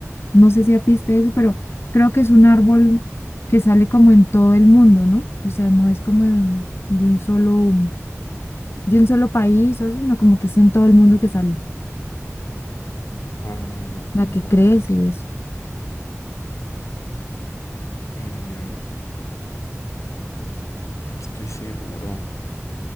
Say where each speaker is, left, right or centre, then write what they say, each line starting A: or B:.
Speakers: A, on the left; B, on the left.
A: no sé si apiste eso, pero creo que es un árbol que sale como en todo el mundo, ¿no? O sea, no es como de, de un solo, de un solo país o eso, sino como que es en todo el mundo que sale,
B: Ah,
A: la que
B: ok.
A: crece y eso.
B: Mm, no estoy seguro.